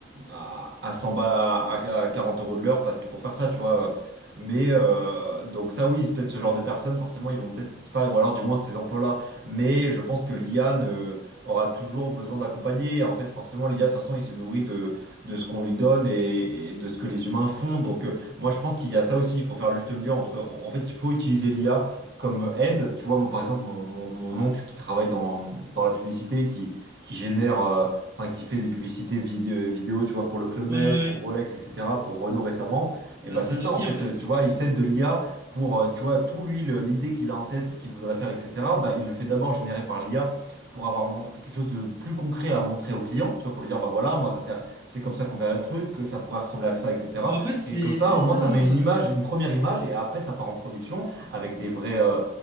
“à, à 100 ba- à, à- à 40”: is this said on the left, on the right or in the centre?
Right